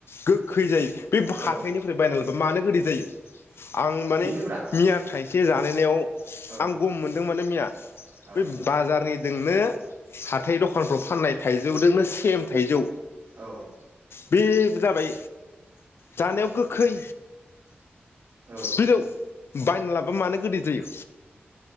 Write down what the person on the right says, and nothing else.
औ
बेनोब्रा
औ
औ
औ
औ